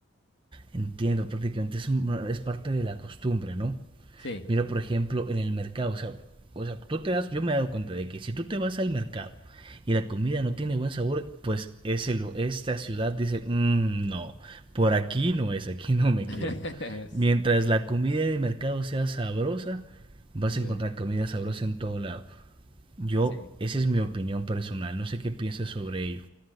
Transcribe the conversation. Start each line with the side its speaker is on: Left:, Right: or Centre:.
Right: Entiendo, prácticamente es, un- es parte de la costumbre, ¿no?
Left: Sí.
Right: Mira, por ejemplo, en el mercado, o sea, o sea, tú te das, yo me he dado cuenta de que si tú te vas al mercado y la comida no tiene buen sabor, pues ese, lu- esta ciudad dice, "Mm, no, por aquí no es, aquí no me
Left: <laughs>
Right: quedo.
Left: Sí,
Right: Mientras la comida del mercado sea sabrosa, vas
Left: sí,
Right: a encontrar comida sabrosa en todo lado. Yo,
Left: sí.
Right: esa es mi opinión personal, no sé qué piensas sobre ello.